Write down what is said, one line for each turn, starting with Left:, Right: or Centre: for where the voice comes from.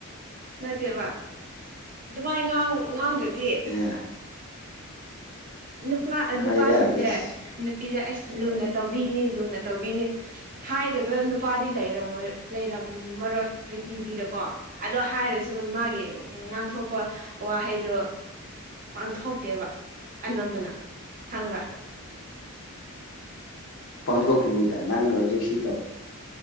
Right: ꯅꯠꯇꯕ ꯑꯗꯨꯃꯥꯏꯅ ꯉꯥꯡꯗ꯭ꯔꯗꯤ
Left: <unintelligible>
Right: ꯅꯨꯄꯥ
Left: ꯑ
Right: ꯅꯨꯄꯥꯁꯤꯡꯁꯦ꯫
Left: ꯍꯣꯏꯗ ꯏꯁ
Right: ꯅꯨꯄꯤꯗ ꯑꯩꯁ ꯂꯨꯅ ꯇꯧꯕꯤꯅꯤ ꯂꯨꯅ ꯇꯧꯕꯤꯅꯤ꯫ ꯍꯥꯏꯗꯕ ꯅꯨꯄꯥꯗꯤ ꯂꯩꯝꯃ ꯂꯩꯔꯝꯃꯔꯣꯏ ꯄ꯭ꯔꯤꯊꯤꯕꯤꯗꯀꯣ ꯑꯗꯣ ꯍꯥꯏꯔꯁꯨ ꯃꯥꯒꯤ ꯉꯥꯡꯊꯣꯛꯄ ꯋꯥꯍꯩꯗꯣ ꯄꯥꯡꯊꯣꯛꯇꯦꯕ ꯑꯅꯝꯕꯅ ꯈꯪꯕ꯭ꯔꯥ
Left: ꯄꯥꯡꯊꯣꯛꯀꯅꯤꯗ ꯅꯪꯅ ꯍꯧꯖꯤꯛ ꯁꯤ ꯇꯧ